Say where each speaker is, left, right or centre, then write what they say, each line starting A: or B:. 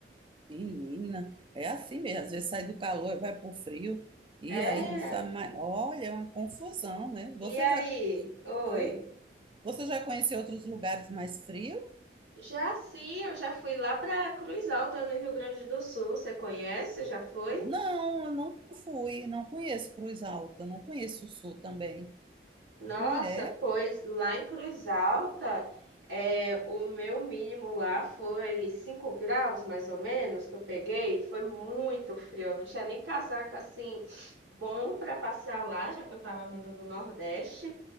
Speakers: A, on the right (about 30°); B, on the right (about 80°).
A: Menina, é assim mesmo. Às vezes sai do calor e vai pro frio e
B: É,
A: aí não sabe mais. Olha, é uma confusão, né?
B: e
A: Você
B: aí?
A: já,
B: Oi.
A: eu, você já conheceu outros lugares mais frios?
B: Já sim, eu já fui lá para Cruz Alta, no Rio Grande do Sul. Você conhece? Já foi?
A: Não, eu não fui, não conheço Cruz Alta, não conheço o Sul também.
B: Nossa,
A: E é.
B: pois lá em Cruz Alta, é, o meu mínimo lá foi 5 graus, mais ou menos, que eu peguei. Foi muito frio. Eu não tinha nem casaco assim bom para passear lá, já que eu estava vindo do Nordeste.